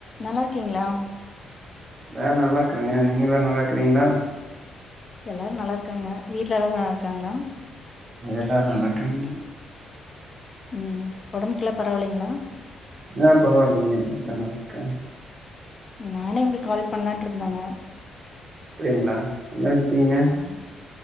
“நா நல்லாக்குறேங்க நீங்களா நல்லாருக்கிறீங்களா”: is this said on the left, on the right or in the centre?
Right